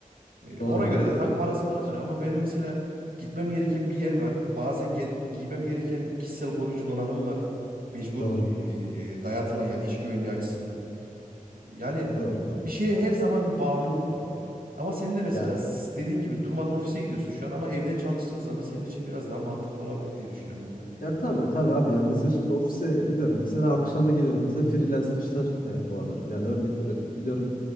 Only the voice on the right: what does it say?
Ee,
ona göre de tabii parasını kazanıyor. Ama benim mesela gitmem gereken bir yer var. Bazen ge- giymem gereken kişisel koruyucu donanım var. Mecbur
ee, dayatılan yani iş güvenliği açısından. Yani
bir şeye her zaman bir bağımlılık var. Ama senin de mesela
s- dediğin gibi durmadan ofise gidiyorsun şu an ama evden çalıştığın zaman senin için biraz daha mantıklı olabilir diye düşünüyorum ben de.